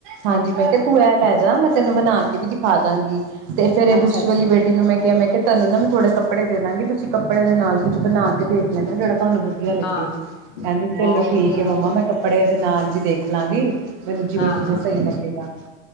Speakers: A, on the right (about 50°); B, on the left (about 50°).
A: ਹਾਂਜੀ ਮੈਂ ਕੇਹਾ ਤੂੰ ਐ ਲੈ ਜਾ ਮੈਂ ਤੈਨੂੰ ਬਣਾ ਕੇ ਵੀ ਦਿਖਾ ਦਾਂਗੀ ਤੇ ਫੇਰ ਇਹ
B: ਅੱਛਾ
A: ਦੂਸਰੇ
B: ਅੱਛਾ
A: ਵਾਲੀ ਬੇਟੀ ਨੂੰ ਮੈਂ ਕਿਹਾ ਮੈਂ ਕਿਹਾ ਤੁਹਾਨੂੰ ਨਾ ਮੈਂ ਥੋੜ੍ਹੇ ਕੱਪੜੇ ਦੇ ਦਾਗੀ ਤੁਸੀਂ ਕੱਪੜੇ ਦੇ ਨਾਲ ਕੁਝ ਬਣਾ ਕ ਦੇਖ ਲੈਣਾ ਜਿਹੜਾ ਤੁਹਾਨੂੰ ਵਧੀਆ ਲੱਗੇ
B: ਹਾਂ
A: ਕਹਿੰਦੀ
B: ਬਹੁਤ
A: ਚਲੋ
B: ਵਧੀਆ
A: ਠੀਕ ਹੈ
B: ਗੱਲ
A: ਮੰਮਾ ਮੈਂ ਕੱਪੜੇ ਦੇ ਨਾਲ ਵੀ ਦੇਖ ਲਾਂਗੀ ਮੈਨੂੰ ਜਿਵੇਂ
B: ਹਾਂ
A: ਜਿਵੇਂ
B: ਹਾਂ
A: ਸਹੀ ਲੱਗੇਗਾ